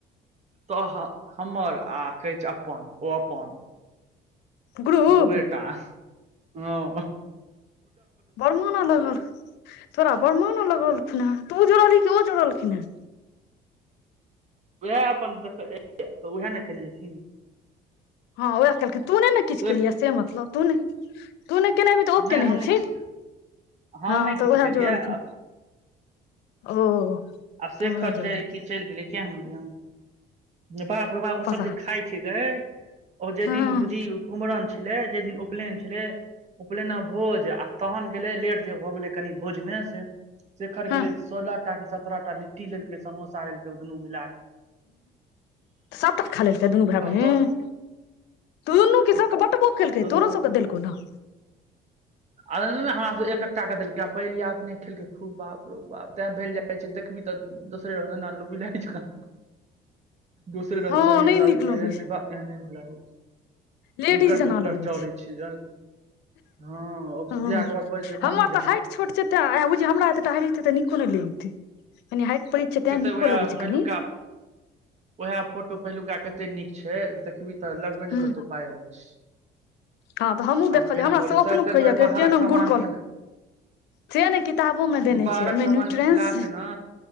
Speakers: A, on the right; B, on the left.
A: तोहर हमर आ कहै छै अपन ओ अपन
B: ग्रुप
A: दूएटा ह
B: बर मान लगल तोरा बरमान लगल खुन तू जोड़ लि त उ जोड़लखीन हें
A: उएह अपन देख त उएह ने केने हेथिन
B: हँ उएह केलखिन तू नहि ने
A: शेख
B: किछ केलियै से मतलब तू नहि तू नहि केनेबही त ओ
A: नहि
B: केने
A: हम
B: हेथिन
A: नहि हम
B: हँ
A: नहि
B: त
A: किछु
B: उएह
A: केलियै
B: जोड़लखुन ओ
A: आब से
B: तहन उएह
A: खर्चा
B: जुड़लखिन
A: ह कि चलि गेलै किए नहि बाप रौ बा ओ
B: पता
A: सब
B: नहि।
A: जे खाय छै गे ओ जे
B: हँ
A: दिन बुझी कुमरन छलै जे दिन उपलेन छलै उपलयना भोज आ तहन गेलै लेट जे भ गेलै कनि भोजमे से शेखर
B: हँ
A: गेलै सोल टा कि सत्रह टा लिट्टी लेलकै समोसा लेलकै ओ दुनू मिलाक
B: सब तक खा लतै दुनू भै
A: कह
B: बहिन
A: तऽ
B: तून्नू क सबके बटबो केलकै
A: दुनू
B: तोरो सबके देलकौ न
A: आ हमरास एकटा के देलकै आ पहिले अपने खेलकै खूब बाप रौ बाप तैं भेल जाइत छै देखबही तब दोसरे रंग न लु बिलाड़ि जेकाँ दोसरे रंग
B: हँ
A: शरीर
B: नहि
A: लागे
B: नीक
A: छै
B: लगै
A: एहन नहि बा एहन नहि नीक लागे छै
B: लेडीज
A: गुकर
B: जेना
A: गुकर
B: लगै
A: चढ़ै छै हँ
B: ह्म
A: बियाह के बाद भऽ जेतै मामी
B: हमर त
A: जकाँ
B: हाइट छोट छै तै एहे बुझियै हमरा एत टा हेबहि तु त नीको नहि लैतै कनि हाइट पैघ छै तें
A: फेर तऽ
B: नीको
A: उएह
B: लगै छै
A: पहिलुका
B: कनि
A: उएह फोटो पहिलुका कते नीक छै देखबही त लगबे
B: हँ
A: ने करतौ पायल छ
B: हँ तऽ हमहूँ
A: आब
B: देखलियै
A: केहन
B: हमरा
A: भलौ
B: से
A: शायद
B: अपनो
A: ताहि
B: कहैया
A: दुआरे बाहरक
B: केहन हम
A: समान
B: गुड़कल
A: खेल
B: से ने किताबो मे देने
A: बाहरक
B: छै ओहिमे
A: समान
B: न्यूट्रेंस
A: खेलास न